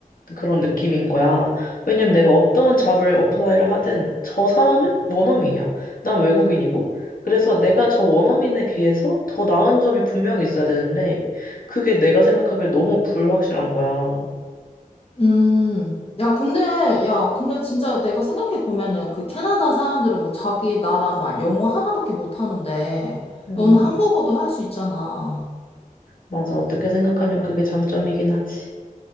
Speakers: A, on the left; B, on the left.
A: 그런 느낌인 거야. 왜냐면 내가 어떤 잡을 어플라이를 하든 저 사람은 원어민이야. 난 외국인이고. 그래서 내가 저 원어민에 비해서 더 나은 점이 분명히 있어야 되는데 그게 내가 생각하기에 너무 불확실한 거야.
B: 음. 야, 근데, 야, 근데 진짜 내가 생각해 보면은 그 캐나다 사람들은 뭐 자기 나라 말 영어 하나밖에 못 하는데
A: 음.
B: 너는 한국어도 할 수 있잖아.
A: 맞아. 어떻게 생각하면 그게 장점이긴 하지.